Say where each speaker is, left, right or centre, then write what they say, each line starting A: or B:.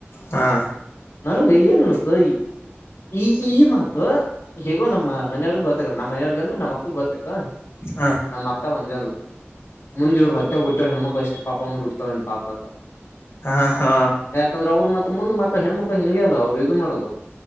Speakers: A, on the left (about 65°); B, on the left (about 80°).
A: ಹಾ
B: ನನಗೆ ಏನ್ ಅನ್ <unintelligible> ಈ ಈ ಮಾತು ಹಗೋ ನಮ್ಮ ಮನೆಯವ್ರಗ ಗೊತ್ತ ನಮ್ಮ ಮನೆವ್ರಾಗಂದ್ರೆ ನಮ್ಮಕ್ಕೂಗೂ ಗೊತ್ತತ್
A: ಹಾ
B: ನಮ್ಮ್ ಅಕ್ಕ ಒಂದೇ ಅಂದ್ಲು. ಮುಂದ ಇವ್ರು ಹೊಟ್ಟಾಗ ಹುಟ್ಟು ಹೆಣ ಮಕ್ಳು ಎಷ್ಟು ಪಾಪ ಅಪ್ಪ ಮಟ್ಟಿಡ್ತಾವನ್ ಪಾಪಾ ಅಂತಾ.
A: ಹಾ ಹಾ
B: ಯಾಕಂದ್ರೆ ಅವರು ಮತ್ತ ಮುಂದ ಮ ಅ ಹೆಣ್ಮಕ್ಳ ಹೆಂಗೆ ಅಲ್ಲ ಅವರು ಇದು ಮಾಡೋದು